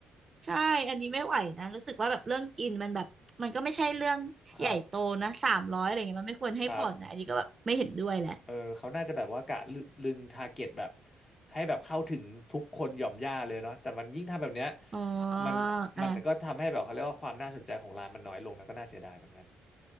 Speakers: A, on the right; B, on the left.
A: ใช่อันนี้ไม่ไหวนะรู้สึกว่าแบบเรื่องกินมันแบบมันก็ไม่ใช่เรื่องใหญ่โตนะสามร้อยอะไรเงี้ยมันไม่ควรให้ผ่อนนะอันนี้ก็แบบไม่เห็นด้วยแหละ
B: ครับครับเออเขาน่าจะแบบว่ากะลึลึงทาร์เก็ตแบบให้แบบเข้าถึงทุกคนหย่อมย่าเลยเนาะแต่มันยิ่งทำแบบเนี้ย
A: อ๋อ
B: มันมันก็ทำให้แบบเขาเรียกว่าความน่าสนใจของร้านมันน้อยลงนะก็น่าเสียดายเหมือนกัน
A: อ่า